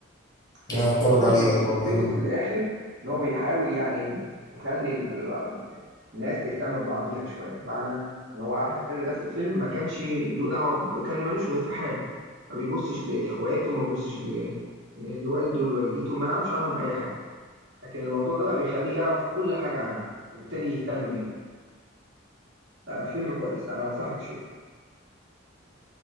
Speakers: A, on the right (about 60°); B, on the left (about 20°).
A: خس-
B: يعني
A: خصوصا
B: اتفرج عليه يعني
A: فكرته
B: هو-
A: في الاخر ان هو بيحاول يعني يخلي ال- ال- الناس تهتم ببعضيها شويه بمعنى ان هو احمد حلمي ده في الفيلم ما كانش له دعوه ب- كان ملوش غير في حاله ما بيبصش ل- لاخواته ما بيبصش ل- ل- لوالده لوالدته ما يعرفش عنهم اي حاجه لكن الموضوع ده بقى بيخليه يعرف كل حاجه عنهم وبالتالي يهتم بيهم لا، فيلم كويس انا انصحك تشوفه